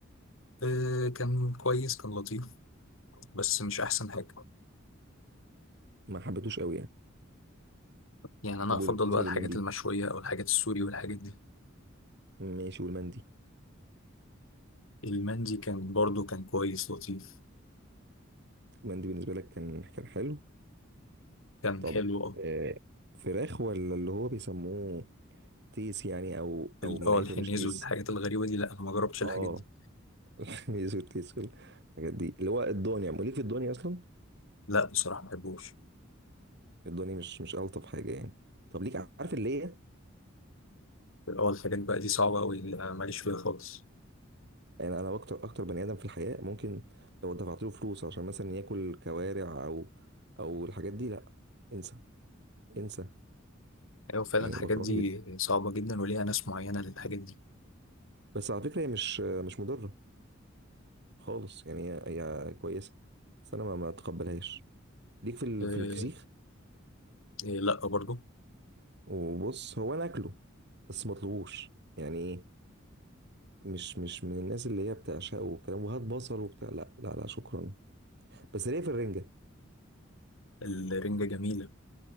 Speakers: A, on the left (about 85°); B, on the right (about 60°).
A: وكان كويس كان لطيف بس مش أحسن حاجة
B: ما حبيتوش قوي يعني
A: يعني أنا
B: طب
A: أفضل
B: وبالنسبه
A: بقى الحاجات
B: للمندي
A: المشوية أو الحاجات السوري والحاجات دي
B: ماشي والمندي
A: المندي كان برضو كان كويس لطيف
B: المندي بالنسبه لك كان كان حلو
A: كان
B: طب
A: حلو أوي
B: آه فراخ ولا اللي هو بيسموه تيس يعني او
A: ال-
B: او من
A: اه
B: الاخر
A: الحنيز
B: مش تيس
A: والحاجات الغريبة دي لا أنا ما جربتش الحاجات
B: اه
A: دي
B: <laughs> يسود تيسول الحاجات دي اللي هو الدنيا وليك في الدنيا اصلا
A: لا بصراحة ما بحبوش
B: الدنيا مش مش الطف حاجه يعني طب ليك عارف اللي هي
A: اه الحاجات بقى دي صعبة أوي لا، ماليش فيها خالص
B: يعني انا اكتر اكتر بني ادم في الحياه ممكن لو دفعت له فلوس عشان مثلا ياكل كوارع او او الحاجات دي لا انسى انسى
A: أيوة فعلا
B: يعني
A: الحاجات
B: بكرهها
A: دي
B: جدا
A: صعبة جدا وليها ناس معينة للحاجات دي
B: بس على فكره هي مش مش مضره خالص يعني هي هي كويسه بس انا ما ما اتقبلهاش ليك في ال-
A: أه
B: في الفسيخ
A: آه، لا برضو
B: وبص هو انا اكله بس ما اطلبوش يعني إيه؟ مش مش من الناس اللي هي بتعشقه والكلام وهات بصل وبتاع لا لا لا شكرا بس ليه في الرنجة
A: الرنجة جميلة